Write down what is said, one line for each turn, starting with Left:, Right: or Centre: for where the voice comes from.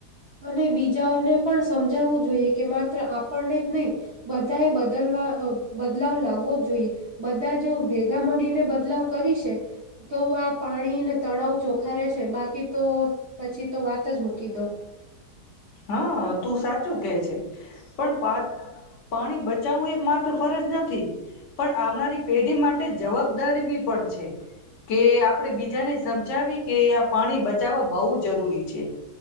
Right: અને બીજાઓને પણ સ સમજાવવું જોઈએ કે માત્ર આપણને જ નહીં બધા એ બદલવા અહ બદલાવ લાવવો જ જોઈએ. બધા જો ભેગા મળીને બદલાવ કરીશે, તો આ પાણીને, તળાવ ચોખ્ખા રહેશે, બાકી તો પછી તો વાત જ મૂકી દો.
Left: હા, તું સાચું કેહે છે. પણ પા પાણી બચાવવું એ માત્ર ફરજ નથી, પણ આવનારી પેઢી માટે જવાબદારી બી પણ છે, કે આપણેે બીજાને સમજાવી કે આ પાણી બચાવવા બહુ જરૂરી છે.